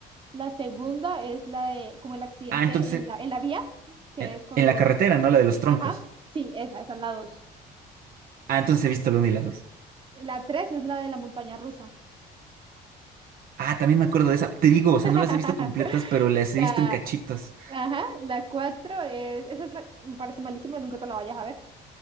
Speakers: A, on the right; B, on the right.
A: La segunda es la de como el accidente
B: Ah, entonces,
A: en la, en la vía, que
B: en,
A: es con
B: en la
A: los...
B: carretera, ¿no? La de los troncos.
A: Ajá, sí, esa, esa es la dos.
B: Ah, entonces he visto la uno y la 2.
A: La tres es la de la montaña rusa.
B: Ah, también me acuerdo de esa. Te digo, o sea,
A: <laughs>
B: no las he visto completas, pero las
A: La,
B: he visto en cachitos.
A: ajá, la 4 es, esa es la, me parece malísima, nunca te la vayas a ver.